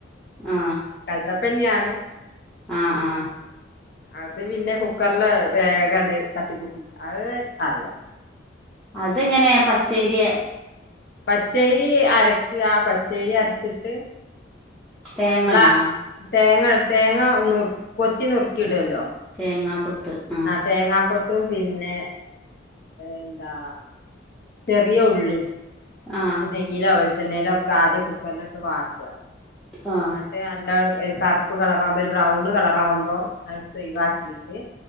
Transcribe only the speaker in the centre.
ആ
ആ ആ
അത്ങ്ങനെ പച്ചേരിയെ
തേങ്ങ
ഇടണോ
തേങ്ങ കൊത്ത് ആഹ്
ആഹ്
ആ